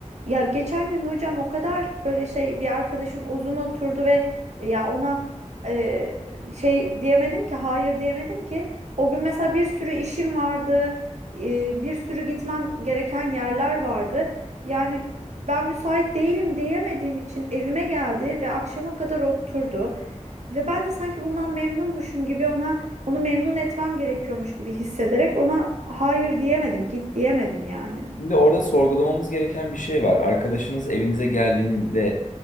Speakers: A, on the right; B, on the left.
A: ya geçen gün hocam o kadar böyle şey bir arkadaşım uzun oturdu ve e, ya ona e, şey diyemedim ki hayır diyemedim ki. O gün mesela bir sürü işim vardı. e, bir sürü gitmem gereken yerler vardı. Yani ben müsait değilim diyemediğim için evime geldi ve akşama kadar oturdu. Ve ben de sanki bundan memnunmuşum gibi ona onu memnun etmem gerekiyormuş gibi hissederek ona hayır diyemedim, git diyemedim yani.
B: Şimdi orada sorgulamamız gereken bir şey var. Arkadaşınız evinize geldiğinde